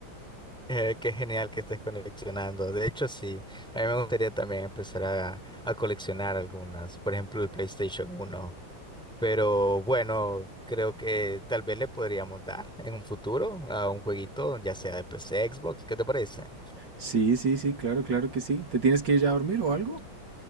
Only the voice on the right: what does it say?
Sí, sí, sí, claro, claro que sí. ¿Te tienes que ir ya a dormir o algo?